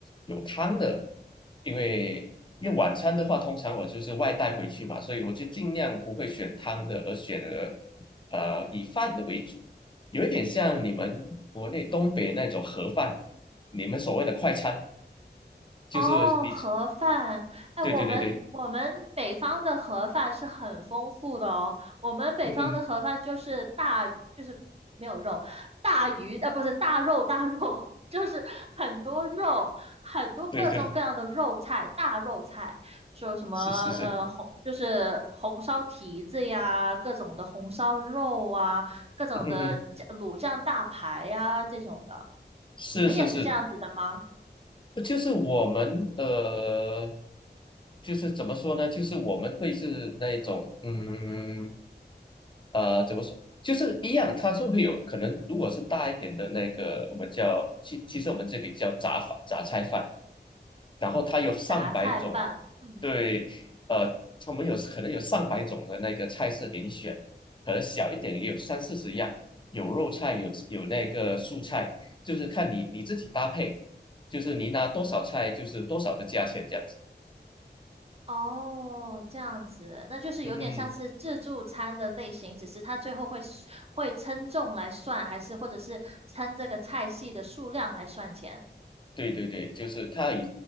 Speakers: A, on the left (about 25°); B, on the right (about 35°).
A: 有汤的，因为因为晚餐的话，通常我就是外带回去嘛，所以我就尽量不会选汤的，而选了呃以饭的为主，有一点像你们国内东北那种盒饭。你们所谓的快餐，就是你就
B: 哦，盒饭，哎，
A: 对对对对，
B: 我们我们北方的盒饭是很丰富的哦。我们北方的盒饭就是大鱼，
A: 嗯哼，
B: 就是没有肉，大鱼，呃，不是大肉，大肉，<laughs> 就是很多肉，很多各种各样的肉菜，
A: 对对
B: 大肉菜，说什么呃红，
A: 是是是，
B: 就是红烧蹄子呀，各种的红烧肉啊，各种的酱卤酱大排呀这种的。
A: 嗯哼哼，是是是，
B: 你们也是这样子的吗？
A: 就是我们呃，就是怎么说呢？就是我们会是那一种，嗯呃，怎么说？就是一样，它就会有可能，如果是大一点的那个，我们叫其其实我们这里叫杂饭杂菜饭，然后它有上百种，
B: 杂菜饭。嗯。
A: 对，呃，我们有可能有上百种的那个菜色给你选，可能小一点也有三四十样，有肉菜，有有那个素菜，就是看你你自己搭配，就是你拿多少菜就是多少的价钱这样子。
B: 哦，这样子，那就是有点像是自助餐的类型，
A: 嗯哼嗯哼
B: 只是它最后会 s- 会称重来算，还是或者是称这个菜系的数量来算钱。
A: 对对对，就是它以